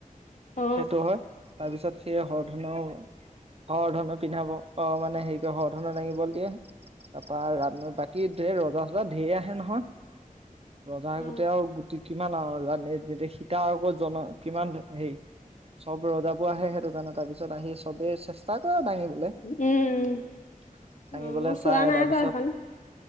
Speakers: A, on the left (about 60°); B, on the right (about 45°).
A: অ',
B: সেইটো হয় তাৰপিছত সেই হৰধনু ও। অ ধনৰু পিন্ধাব অ মানে হেৰি কয় হৰ ধন দাঙিব দিয়ে। তাৰ পৰাা বাকীৰ ৰজা চজা ঢেৰ আহে নহয়। ৰজা
A: অ',
B: গোটেই আৰু গোট কিমান আৰু জানে যেয়া সীতা আকৌ জন কিমান হেই। চব ৰজাবোৰ আহে সেইটো কাৰণে তাৰ পিছত আহি চবেই চেষ্টা কৰা দাঙি। ভাঙিবলৈ
A: উম, উম, অ', মই চোৱা
B: চাই
A: নাই
B: তাৰ
A: বাৰু
B: পিছত।
A: সেইখন